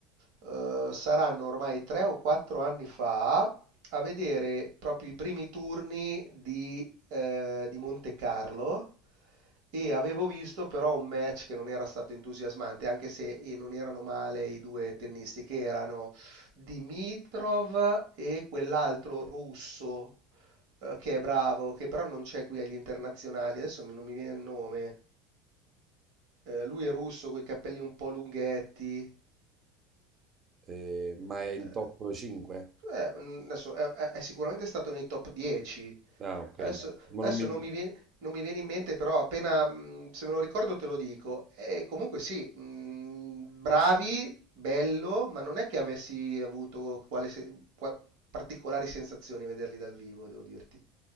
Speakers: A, on the right; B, on the right.
A: eh, saranno ormai tre o quattro anni fa, a vedere proprio i primi turni di, eh, di Monte Carlo e avevo visto però un match che non era stato entusiasmante, anche se eh, non erano male i due tennisti che erano Dimitrov e quell'altro russo eh, che è bravo, che però non c'è qui agli internazionali, adesso mi- non mi viene il nome. Eh, lui è russo con i capelli un po' lunghetti.
B: Eh, ma è in
A: Eh,
B: top 5?
A: eh, mm, adesso è, è- è sicuramente stato nei top 10.
B: Ah, ok.
A: Adesso,
B: Ma
A: adesso
B: non mi...
A: non mi viene, non mi viene in mente, però appena mm, se me lo ricordo te lo dico. E comunque sì, mm, bravi, bello, ma non è che avessi avuto quale se- qua- particolari sensazioni a vederli dal vivo, devo dirti.